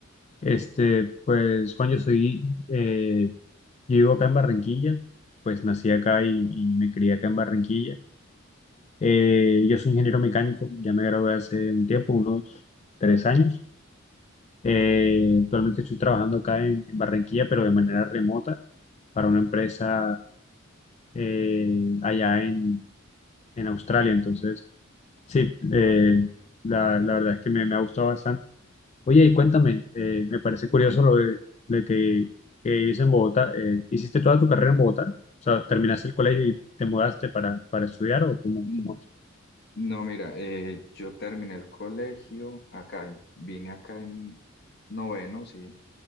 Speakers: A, on the left (about 35°); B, on the left (about 55°).
A: Este, pues, Juan, yo soy, eh, yo vivo acá en Barranquilla, pues nací acá y, y me crié acá en Barranquilla. Eh, yo soy ingeniero mecánico, ya me gradué hace un tiempo, unos tres años. Eh, actualmente estoy trabajando acá en, en Barranquilla, pero de manera remota para una empresa eh, allá en, en Australia. Entonces, sí, eh, la, la verdad es que me, me ha gustado bastante. Oye, y cuéntame, eh, me parece curioso lo de, lo de que, que vives en Bogotá. Eh, ¿hiciste toda tu carrera en Bogotá? O sea, ¿terminaste el colegio y te mudaste para, para estudiar o cómo,
B: Mm,
A: cómo es?
B: No, mira, eh, yo terminé el colegio acá, en- vine acá en noveno, sí,